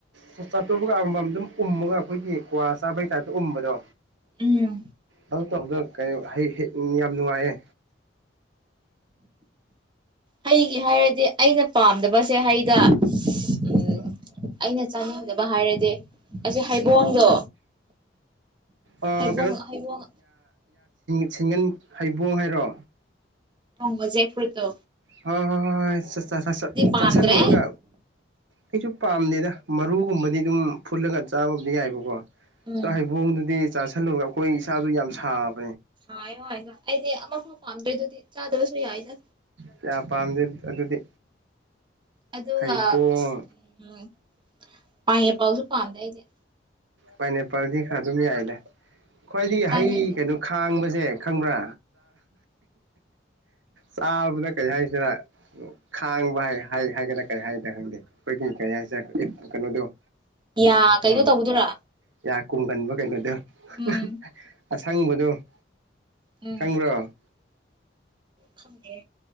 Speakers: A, on the right; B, on the right.
A: ꯆꯥꯇꯣꯛꯧꯕꯒ ꯑꯃꯃꯝ ꯑꯗꯨꯝ ꯎꯝꯃꯒ ꯑꯩꯈꯣꯏꯒꯤ ꯀ꯭ꯋꯥ ꯆꯥꯕꯒꯤ ꯇꯥꯏꯞꯇ ꯎꯕꯗꯣ
B: ꯎꯝ
A: ꯑꯗꯨ <unintelligible> ꯀ ꯍꯥꯏ ꯍ ꯎꯝ ꯌꯥꯝ ꯅꯨꯡꯉꯥꯏꯌꯦ
B: ꯍꯩꯒꯤ ꯍꯥꯏꯔꯗꯤ ꯑꯩꯅ ꯄꯥꯝꯗꯕꯁꯦ ꯍꯩꯗ ꯎꯝ ꯑꯩꯅ ꯆꯥꯅꯤꯡꯗꯕ ꯍꯥꯏꯔꯗꯤ ꯑꯁꯤꯁ ꯍꯩꯕꯣꯡꯗꯣ
A: ꯑꯣ
B: ꯍꯩꯕꯣꯡ ꯍꯩꯕꯣꯡ
A: ꯁꯤꯡꯒꯟ ꯍꯩꯕꯣꯡ ꯍꯥꯏꯔꯣ
B: ꯃꯖꯦ ꯐꯗꯣ
A: ꯍ ꯍꯣꯏ ꯍꯣꯏ ꯍ ꯆ ꯆ
B: ꯄꯥꯝꯗ꯭ꯔꯦ
A: ꯆꯁ ꯂꯨꯔꯒ ꯑꯩꯁꯨ ꯄꯥꯝꯗꯦꯗ ꯃꯔꯨꯒꯨꯝꯕꯗꯤ ꯑꯗꯨꯝ ꯐꯨꯠꯂꯒ ꯆꯥꯕꯕꯨꯗꯤ ꯌꯥꯏꯕꯀꯣ
B: ꯎꯝ
A: ꯆ ꯍꯩꯕꯨꯡꯗꯨꯗꯤ ꯆꯥꯥꯁꯜꯂꯨꯔꯒ ꯑꯩꯈꯣꯏꯅ ꯏꯁꯆꯥꯗꯣ ꯌꯥꯝ ꯁꯥꯕ
B: ꯍꯥꯏꯣ ꯍꯥꯏꯗꯣ ꯑꯩꯗꯤ ꯑꯃ ꯐꯥꯎ ꯄꯥꯝꯗ꯭ꯔꯦ ꯑꯗꯨꯗꯤ ꯆꯥꯗꯕꯁꯨ ꯌꯥꯏꯗ
A: ꯀꯌꯥ ꯄꯥꯝꯗꯦ ꯑꯗꯨꯗꯤ
B: ꯑꯗ
A: ꯍꯩꯕꯣꯡ
B: ꯎꯝ ꯄꯥꯏꯌꯦ ꯄꯥꯎꯁꯨ ꯄꯥꯗꯅꯦ
A: ꯄꯥꯏꯅꯦꯄꯥꯜꯗꯤ ꯈ ꯑꯗꯨꯝ ꯌꯥꯏ ꯂꯩ ꯈ꯭ꯋꯥꯏꯗꯒꯤ
B: ꯆꯥꯅꯤꯡꯗꯦ
A: ꯍꯩ ꯀꯩꯅꯣ ꯈꯥꯡꯕꯁꯦ ꯈꯪꯕ꯭ꯔꯥ ꯆꯥꯕꯗ ꯀꯔꯤ ꯍꯥꯏꯁꯤꯔ ꯈꯥꯡꯕ ꯍꯥꯏꯒꯗ꯭ꯔꯥ ꯀꯔꯤ ꯍꯥꯏꯗ꯭ꯔꯥ ꯈꯪꯗꯦ ꯑꯩꯈꯣꯏꯒꯤ ꯀꯔꯤ ꯍꯥꯏꯁꯤꯔ ꯀꯩꯅꯣꯗꯣ
B: ꯌꯥ ꯀꯩꯅꯣ
A: ꯑ
B: ꯇꯧꯕꯗꯨꯔꯥ
A: ꯌꯥ ꯀꯨꯡꯒꯟꯕ ꯀꯥꯏꯅꯗ
B: ꯎꯝ
A: <inaudible> ꯑꯁꯪꯕꯗꯣ
B: ꯎꯝ
A: ꯊꯪꯕ꯭ꯔꯣ
B: ꯈꯪꯗꯦ